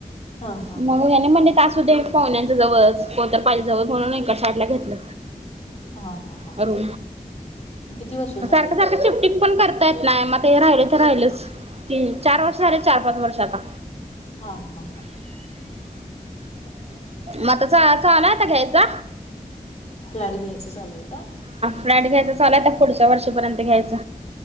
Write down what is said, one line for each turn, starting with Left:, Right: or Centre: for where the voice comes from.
Left: हा हा
Right: म्हणले
Left: हा
Right: यांनी म्हटले असू दे पाहुण्यांच्या जवळच्या जवळच कोणतर पाहिजे जवळ म्हणून इकड सााईडला घेतल.
Left: हा हा हा
Right: हॅलो
Left: हा किती वर्ष झालंय
Right: सारख
Left: तिथे?
Right: सारख शिफ्टिंग पण करता येत नाही मग. ते राहिले तर राहिलच ती चार वर्ष झाले चार पाच वर्ष आता.
Left: हा हा हां
Right: मग आता चाल आहे आता घ्यायचा.
Left: फ्लॅट घ्यायचं चालूय का?
Right: फ्लॅट घ्यायच चालू आहे पुढच्या वर्षापर्यंत घ्यायच.